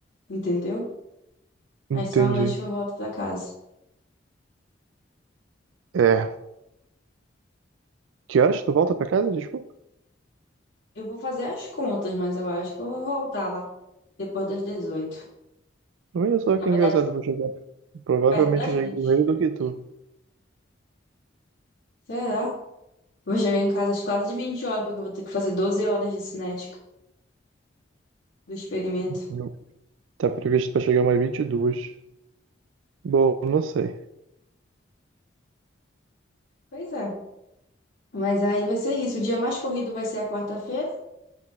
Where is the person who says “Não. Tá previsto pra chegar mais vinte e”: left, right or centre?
Right